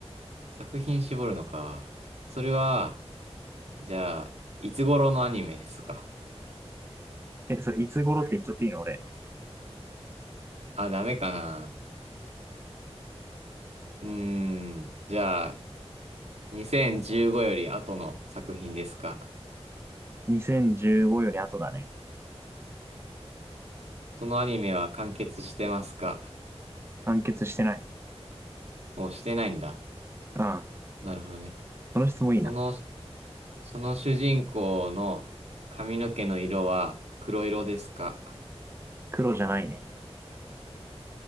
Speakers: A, on the right; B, on the right.
A: 作品絞るのか。それは、じゃあ、いつ頃のアニメですか
B: え、それいつ頃って言っちゃっていいの俺。
A: あ、ダメかな。うーん。じゃあ、2015より後の作品ですか
B: 2015より後だね。
A: そのアニメは完結してますか
B: 完結してない。
A: もうしてないんだ。
B: ああ、
A: なるほどね。
B: この質問いいな。
A: その、その主人公の髪の毛の色は黒色ですか
B: 黒じゃないね。